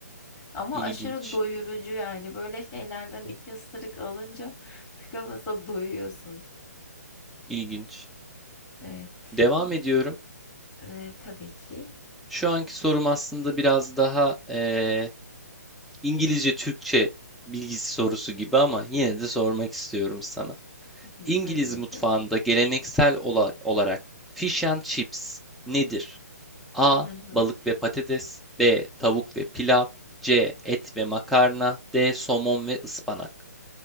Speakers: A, on the left (about 20°); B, in the centre.
A: Ama
B: İlginç,
A: aşırı doyurucu yani böyle şeylerden iki ısırık alınca tıka basa doyuyorsun.
B: ilginç.
A: Evet.
B: Devam ediyorum.
A: Ee, tabii ki.
B: Şu anki sorum aslında biraz daha eee, İngilizce Türkçe bilgisi sorusu gibi ama yine de sormak istiyorum sana.
A: <laughs>
B: İngiliz
A: Hadi bakalım.
B: mutfağında geleneksel ola- olarak fish and chips nedir? A.
A: Hı hı.
B: Balık ve patates, B. Tavuk ve pilav, C. Et ve makarna, D. Somon ve ıspanak.